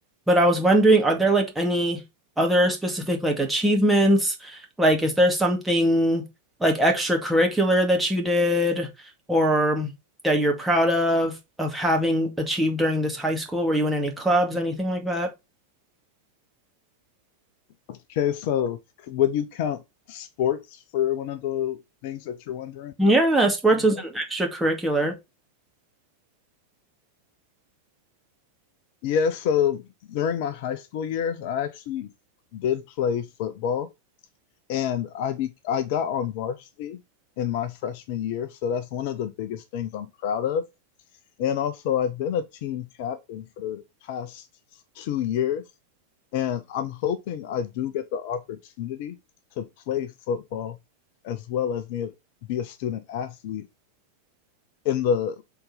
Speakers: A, in the centre; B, on the left.
A: But I was wondering, are there like any other specific like achievements? Like, is there something like extracurricular that you did? or that you're proud of of having achieved during this high school? Were you in any clubs, anything like that?
B: Okay, so would you count sports for one of the things that you're wondering
A: Yeah, sports
B: about?
A: is an extracurricular.
B: Yeah, so during my high school years, I actually did play football and I be I got on varsity in my freshman year, so that's one of the biggest things I'm proud of. And also I've been a team captain for the past 2 years and I'm hoping I do get the opportunity to play football as well as me be a student athlete in the